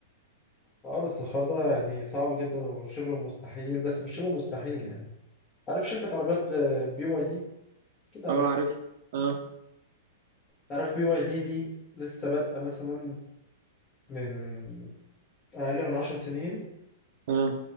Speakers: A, on the left; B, on the right.
A: اه بس الحوار ده يعني صعب جدا وشبه مستحيل بس مش شبه مستحيل يعني عارف شركة عربيات بي واي دي كده
B: اه
A: عارف
B: عارف اه
A: عارف بي واي دي دي لسه بادئة مثلا من أقل من عشر سنين
B: اه